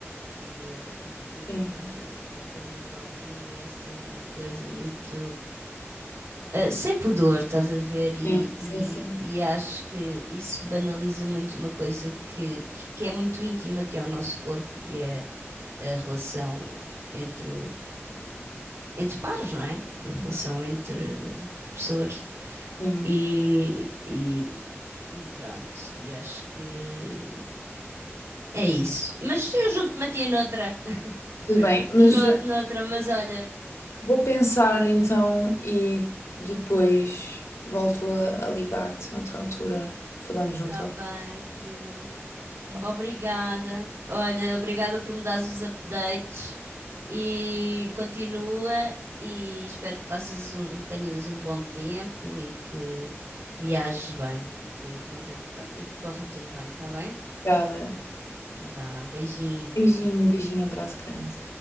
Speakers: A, on the right; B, on the left.
A: digo eu, porque
B: Sim,
A: pronto, o carnaval para mim é assim uma coisa muito eh, sem pudor, estás a ver? E,
B: sim,
A: e-
B: sim, sim.
A: e acho que isso banaliza muito uma coisa que, que, que é muito íntima, que é o nosso corpo e é a relação entre, entre pares, não é? A relação
B: Uhum,
A: entre pessoas.
B: sim.
A: E, e, e pronto, e acho que é isso. Mas eu junto-me a ti noutra, <laughs>
B: Tudo bem,
A: no,
B: mas
A: noutra, mas olha.
B: vou pensar então e depois volto a, a ligar-te noutra altura. Falamos noutra
A: Tá bem,
B: altura,
A: querida.
B: tá bem?
A: Obrigada. Olha, obrigada por me dares os updates e continua e espero que faças um, tenhas um bom tempo e que viajes bem e que não tenha, pronto, e que corra tudo bem, tá bem?
B: Obrigada.
A: Vá, beijinho.
B: Beijinho, beijinho, abraço grande.